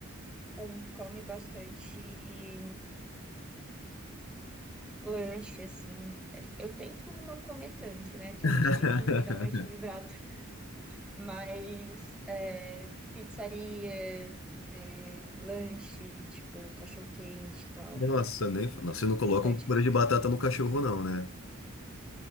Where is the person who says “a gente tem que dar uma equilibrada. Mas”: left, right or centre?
Centre